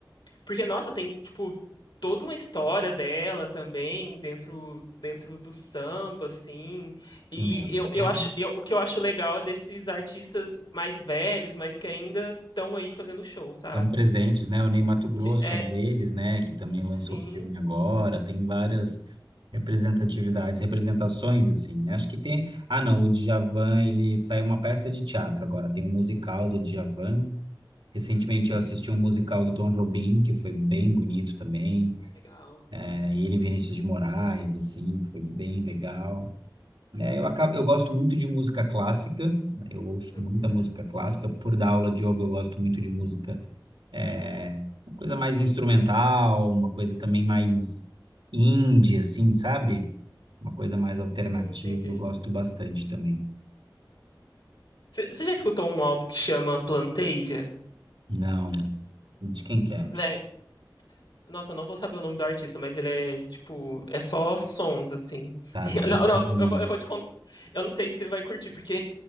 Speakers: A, on the left; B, on the right.
A: porque, nossa, tem, tipo, toda uma história dela também dentro, dentro do samba, assim.
B: Sim,
A: E
B: ela
A: eu,
B: é
A: eu
B: uma-
A: acho, eu- o que eu acho legal é desses artistas mais velhos, mas que ainda estão aí fazendo show, sabe?
B: estão presentes, né? O Ney Matogrosso
A: Que é,
B: é um deles, né? Que também lançou
A: sim,
B: o filme agora. Tem várias representatividades, representações, assim, né? Acho que tem... Ah, não, o Djavan, ele saiu uma peça de teatro agora. Tem um musical do Djavan. Recentemente eu assisti um musical do Tom Jobim, que foi bem bonito também.
A: ah, legal.
B: É, ele e Vinícius de Moraes, assim, foi bem legal. né? Eu acabo, eu gosto muito de música clássica, eu ouço
A: Hum,
B: muita música clássica. Por dar aula de yoga, eu gosto muito de música, é, uma coisa mais instrumental, uma coisa também mais indie, assim, sabe? Uma coisa mais alternativa,
A: sim, Entendi.
B: eu gosto bastante também.
A: Você já escutou um álbum que chama Plantasia?
B: Não, de quem quer?
A: Né? Nossa, eu não vou saber o nome do artista, mas ele é tipo, é só sons assim.
B: Tá,
A: <laughs>
B: depois
A: Não, não,
B: tu
A: tipo,
B: me manda.
A: eu vou, eu vou te contar. Eu não sei se você vai curtir, porque